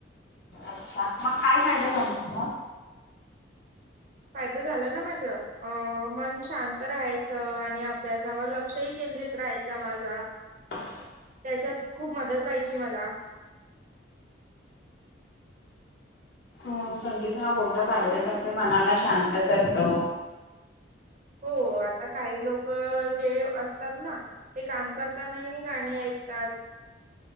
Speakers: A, on the left; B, on the right.
A: अच्छा! मग काय फायदा झाला तुमचा?
B: फायदा झाला ना माझा अ मन शांत राहायचं आणि अभ्यासावर लक्षही केंद्रित राहायचं माझा
A: ह <inaudible> <unintelligible>
B: त्याच्यात खुप मदत व्हायची मला <inaudible>
A: ह संगीत हा मोठा फायद्या मनाला शांत करतो.
B: हो आता काही लोक जे असतात ना ते काम करतानाही गाणी ऐकतात.